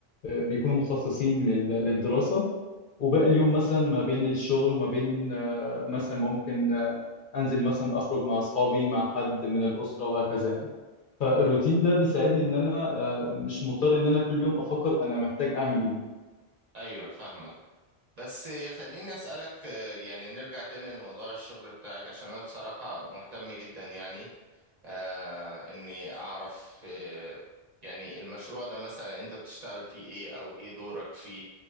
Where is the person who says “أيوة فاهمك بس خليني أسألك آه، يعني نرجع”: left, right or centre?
Right